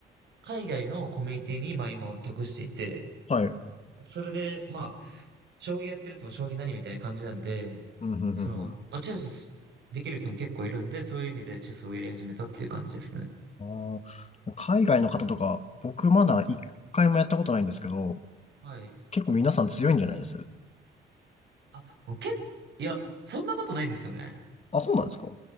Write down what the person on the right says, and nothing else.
海外のコミュニティに、まあ今属していて、
それで、まあ、将棋やってるとも将棋何みたいな感じなんで、
その、
まあチェスできる人も結構いるんで、そういう意味でチェスをやり始めたっていう感じですね。
はい。
あ、もうけっ、いや、そんなことないんですよね。